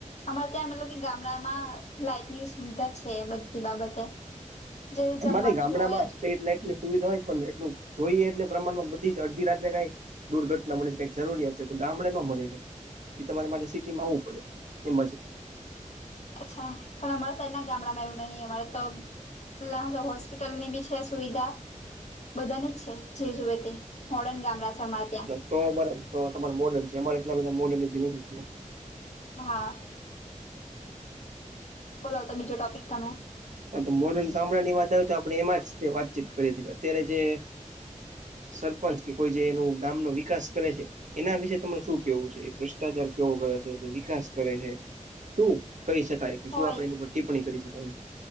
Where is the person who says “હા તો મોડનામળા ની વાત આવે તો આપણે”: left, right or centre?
Right